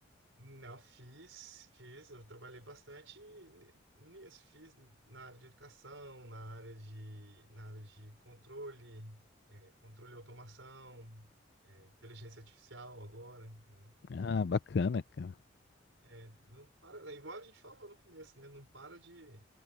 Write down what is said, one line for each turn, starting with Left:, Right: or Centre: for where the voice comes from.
Right: Não, fiz, fiz, eu trabalhei bastante ni- nisso, fiz na área de educação, na área de, na área de controle, é, controle e automação, é, inteligência artificial agora, né?
Left: Ah, bacana, cara.
Right: É, não para, é igual a gente falou no começo, né? Não para de,